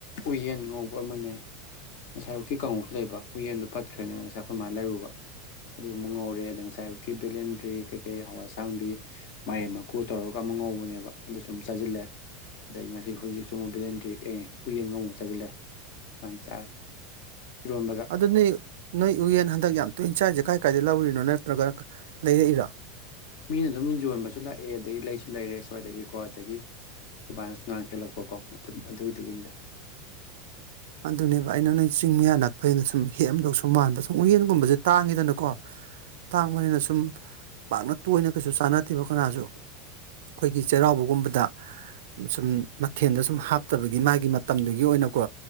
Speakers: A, on the left (about 45°); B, on the right (about 70°).
A: ꯎꯌꯦꯟ ꯉꯧꯕ ꯑꯃꯅꯦ ꯉꯁꯥꯏ ꯑꯌꯨꯛꯀꯤ ꯀꯥꯡꯉꯧꯁꯨ ꯂꯩꯕ ꯎꯌꯦꯟꯗꯣ ꯄꯠꯈ꯭ꯔꯅꯤꯅ ꯉꯁꯥꯏ ꯈꯣꯏ ꯃꯥꯥꯅ ꯂꯩꯔꯨꯕ ꯑꯗꯨ ꯑꯃꯨꯛ ꯉꯧꯔꯦ ꯑꯗ ꯉꯁꯥꯏ ꯑꯌꯨꯛꯀꯤ ꯕꯦꯂꯦꯟꯗ꯭ꯔꯤ ꯀꯩꯀꯩ ꯍꯋꯥꯏꯁꯥꯡꯕꯤ ꯃꯥꯢꯔꯦꯟ ꯃꯀꯨ ꯇꯧꯔꯒ ꯑꯃ ꯉꯧꯕꯅꯦꯕ ꯑꯗꯨ ꯁꯨꯝ ꯆꯥꯁꯤꯜꯂꯦ ꯑꯗꯩ ꯉꯁꯤ ꯍꯧꯖꯤꯛꯁꯨ ꯑꯃꯨꯛ ꯕꯕꯤꯂꯦꯟꯗ꯭ꯔꯤꯛ ꯑꯦ ꯎꯌꯦꯟ ꯉꯃꯨꯛ ꯆꯥꯁꯤꯜꯂꯦ ꯁꯨꯃꯥꯏꯅ ꯆꯥꯔꯦ ꯏꯔꯣꯟꯕꯒ
B: ꯑꯗꯨ ꯅꯣꯏ ꯅꯣꯏ ꯎꯌꯦꯟ ꯍꯟꯗꯛ ꯌꯥꯝ ꯇꯣꯏꯟ ꯆꯥꯏꯁꯦ ꯀꯥꯏ ꯀꯥꯏꯗꯩ ꯂꯧꯔꯤꯅꯣ ꯅꯠꯇ꯭ꯔꯒ ꯂꯩꯔꯛꯏꯔꯣ
A: ꯃꯤꯅ ꯑꯗꯨꯝ ꯌꯣꯟꯕꯁꯨ ꯂꯥꯛꯑꯦ ꯑꯗꯒꯤ ꯂꯩꯁꯨ ꯂꯩꯔꯦ ꯁ꯭ꯋꯥꯏꯗꯒꯤꯀꯣ ꯑꯗꯒꯤ ꯕꯥꯅꯁꯨ ꯅꯍꯥꯟ ꯍꯦꯛꯂꯛꯄꯀꯣ ꯑꯗꯨꯝ ꯑꯗꯨꯢꯗꯨꯒꯤꯅꯤꯗ
B: ꯑꯗꯨꯅꯦꯕ ꯑꯩꯅ ꯅꯣꯏ ꯆꯤꯡ ꯃꯌꯥ ꯅꯛꯄꯅꯤꯅ ꯁꯨꯝ ꯍꯦꯛꯑꯥꯝꯗꯧ ꯁꯨꯝ ꯃꯥꯟꯕ ꯁꯨꯝ ꯎꯌꯦꯟꯒꯨꯝꯕꯁꯦ ꯇꯥꯡꯉꯤꯗꯅꯀꯣ ꯇꯥꯡꯕꯅꯤꯅ ꯁꯨꯝ ꯄꯥꯛꯅ ꯇꯣꯏꯅ ꯀꯩꯁꯨ ꯆꯥꯟꯅꯗꯦꯕ ꯀꯅꯥꯁꯨ ꯑꯩꯈꯣꯏꯒꯤ ꯆꯩꯔꯥꯎꯕꯒꯨꯝꯕꯗ ꯁꯨꯝ ꯃꯊꯦꯜꯗ ꯁꯨꯝ ꯍꯥꯞꯇꯕꯒꯤ ꯃꯥꯒꯤ ꯃꯇꯝꯗꯨꯒꯤ ꯑꯣꯏꯅꯀꯣ